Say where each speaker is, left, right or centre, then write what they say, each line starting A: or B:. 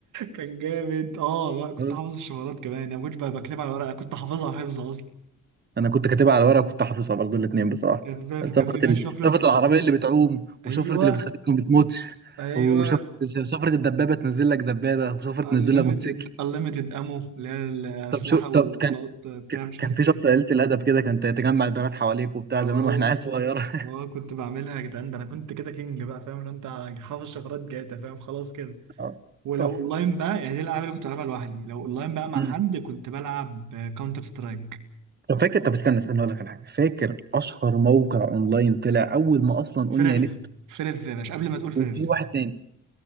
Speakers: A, on the right; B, on the right.
A: كان جامد اه لا كنت
B: أيوة.
A: حافظ الشفرات كمان انا ما كنتش بقى بكتبها على ورقه كنت حافظها حفظ اصلا
B: انا كنت كاتبها على ورقه كنت حافظها برضو الاثنين بصراحه
A: كان في
B: سفره
A: كان في بان
B: ال...
A: شفرة
B: سفره العربيه اللي بتعوم
A: ايوه
B: وسفره اللي بتخليك ما بتموتش
A: ايوه
B: وسفره سفره الدبابه تنزل لك دبابه وسفره
A: unlimited
B: تنزل لك موتوسيكل
A: unlimited امو اللي هي الاسلحه
B: طب شو
A: وطلقات
B: طب كان
A: بتاع مش
B: كان
A: عارف
B: في
A: ايه
B: سفره قليله الادب كده كانت تجمع البنات حواليك وبتاع
A: اه
B: زمان واحنا عيال صغيره
A: اه كنت بعملها يا جدعان ده انا كنت كده كينج بقى فاهم لو انت حافظ شفرات جاتا فاهم خلاص كده
B: <laughs> آه،
A: ولو
B: تحفه
A: اونلاين بقى يعني دي الالعاب اللي كنت بلعبها لوحدي لو اونلاين بقى مع
B: مم.
A: حد كنت بلعب كاونتر سترايك
B: طب فاكر طب استنى استنى اقول لك على حاجه فاكر اشهر موقع اونلاين طلع اول ما اصلا
A: فريف
B: قلنا نت
A: فريف يا باشا قبل ما تقول فريف
B: وفي واحد تاني